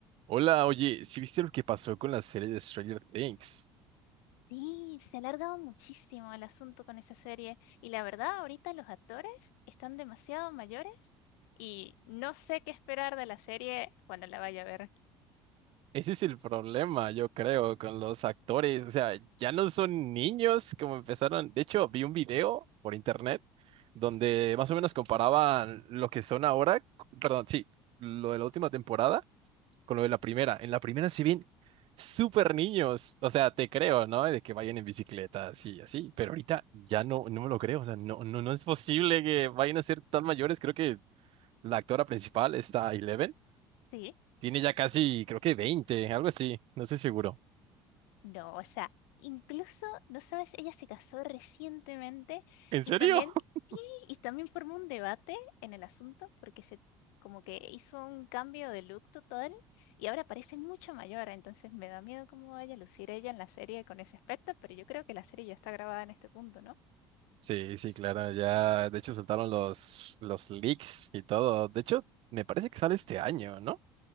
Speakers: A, on the right; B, on the left.
A: Hola, oye, ¿sí viste lo que pasó con la serie de Stranger Things?
B: Sí, se ha alargado muchísimo el asunto con esa serie y la verdad ahorita los actores están demasiado mayores y no sé qué esperar de la serie cuando la vaya a ver.
A: Ese es el problema, yo creo, con los actores. O sea, ya no son niños como empezaron. De hecho, vi un video por internet donde más o menos comparaban lo que son ahora, perdón, sí, lo de la última temporada con lo de la primera. En la primera se ven súper niños. O sea, te creo, ¿no? De que vayan en bicicleta, así, así. Pero ahorita ya no, no me lo creo. O sea, no, no, no es posible que vayan a ser tan mayores. Creo que La actora principal, esta Eleven,
B: Sí,
A: tiene ya casi, creo que 20, algo así, no estoy seguro.
B: no, o sea, incluso, no sabes, ella se casó recientemente
A: ¿En
B: y
A: serio?
B: también,
A: <laughs>
B: sí, y también formó un debate en el asunto porque se como que hizo un cambio de look total y ahora parece mucho mayor, entonces me da miedo cómo vaya a lucir ella en la serie con ese aspecto, pero yo creo que la serie ya está grabada en este punto, ¿no?
A: Sí, sí, claro, ya, de hecho soltaron los, los leaks y todo. De hecho, me parece que sale este año, ¿no?